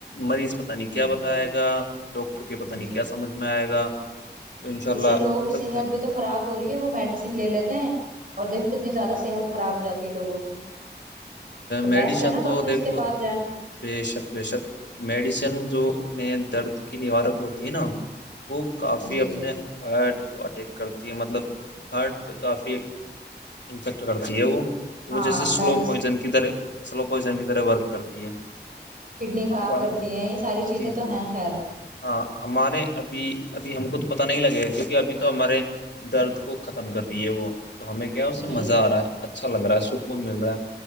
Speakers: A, on the left; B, on the right.
A: مریض پتا نہیں کیا بتاائے
B: جی
A: گا ڈاکٹر کے پتاہ نہیں
B: جی
A: کیا سمجھ میں آئے گا <inaudible> تو ان شاء اللہ
B: اس سے لوگوں
A: ہو
B: کی
A: سکتا
B: صحت بھی تو خراب ہو رہی ہے وہ میڈیسن لے لیتے ہیں <inaudible> اور دیکھو کتنی زیادہ صحت خراب ہو جاتی ہے لوگوں کی <inaudible> تو
A: میڈیسن
B: بیسٹ ہے نا ڈاکٹرس
A: تو دیکھو
B: کے پاس جائیں
A: بے شک بے شک میڈیسن جونے درد کی نوارک ہوتی ہے نا وہ کافی
B: جی
A: اپنے
B: جی
A: ہارٹ کو اٹیک کرتی ہے مطلب ہارٹ پہ کافی انفیکٹ کرتی ہے وہ
B: ہاں
A: وہ جیسے سلو
B: میڈ
A: پوائزن کی طرح سلو پوائزن کی طرح ورک کرتی ہے
B: کڈنی خراب
A: اب
B: کرتی
A: ہم
B: ہیں یہ ساری چیزیں
A: جی
B: تو
A: جی
B: ہیں خیر
A: ہاں ہمارے ابھی ابھی ہم کو پت نہیں لگے گا کیونکہ ابھی تو ہمارے درد کو ختم کر دی ہے وہ تو ہمیں کیا اس
B: جی
A: سے مزہ آ رہا ہے اچھا لگ رہا ہے سکون مل رہا ہے